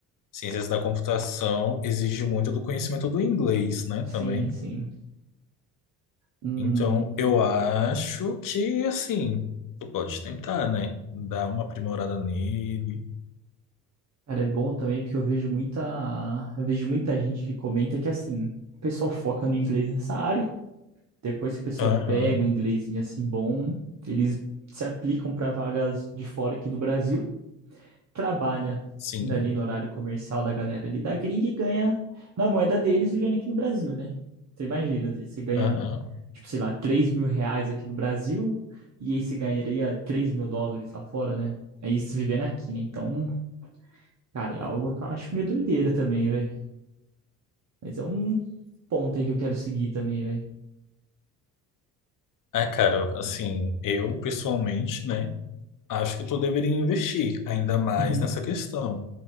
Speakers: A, on the left; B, on the right.
A: ciências da computação exige muito do conhecimento do inglês, né,
B: Sim,
A: também.
B: sim. Hum,
A: Então, eu acho que, assim, tu pode tentar, né, dar uma aprimorada nele.
B: cara, é bom também porque eu vejo muita, eu vejo muita gente que comenta que assim, o pessoal foca no inglês nessa área, depois que o pessoal
A: Aham,
B: pega o inglesinho assim bom, eles se aplicam para vagas de fora aqui do Brasil trabalha
A: sim.
B: ali no horário comercial da galera ali da gringa e ganha na moeda deles vivendo aqui no Brasil, né? Você imagina, às vezes você ganha,
A: Aham.
B: tipo, sei lá, três mil reais aqui no Brasil e aí você ganharia três mil dólares lá fora, né? É isso vivendo aqui, né? Então, cara, é algo que eu acho meio doideira também, velho. Mas é um ponto aí que eu quero seguir também, velho.
A: Ah, cara, assim, eu pessoalmente, né? Acho que tu deveria investir ainda mais
B: Uhum.
A: nessa questão.